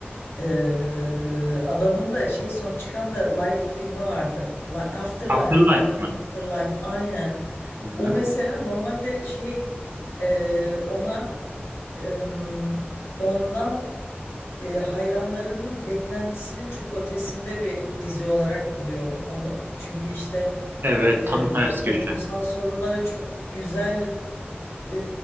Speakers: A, on the left; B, on the right.
A: Ee, adamın da şey son çıkan da Life filmi vardı. Li Afterlife
B: Afterlife
A: pardon
B: mi?
A: Afterlife aynen.
B: Hı
A: O
B: hı.
A: mesela normalde şey e, ona em, ondan e, hayranlarının beklentisinin çok ötesinde bir dizi olarak buluyorum onu. Çünkü işte
B: Evet
A: e,
B: tam ters
A: toplumsal
B: köşe.
A: sorunlara çok güzel e,